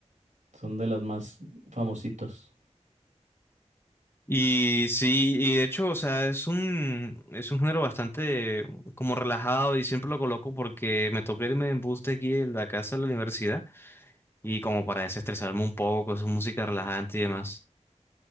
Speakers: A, on the right (about 80°); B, on the left (about 20°).
A: Son de los más famositos.
B: Y sí, y de hecho, o sea, es un, es un género bastante como relajado y siempre lo coloco porque me toca irme en bus de aquí de la casa a la universidad y como para desestresarme un poco, es música relajante y demás.